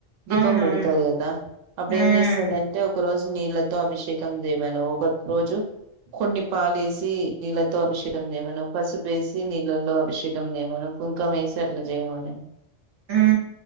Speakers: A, on the right; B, on the right.
A: దీపం
B: అవునవును
A: పెడతారు కదా, అప్పుడు
B: ఉమ్
A: ఏం చేస్తంది అంటే ఒక రోజు నీళ్ళతో అభిషేకం చేయమను, ఒక రోజు కొన్ని పాలెసి నీళ్ళతో అభిషేకం చేయమను, పసుపేసి నీళ్ళలో అభిషేకం చేయమను, కుంకుమ వేసి అట్లే చేయమను
B: ఉ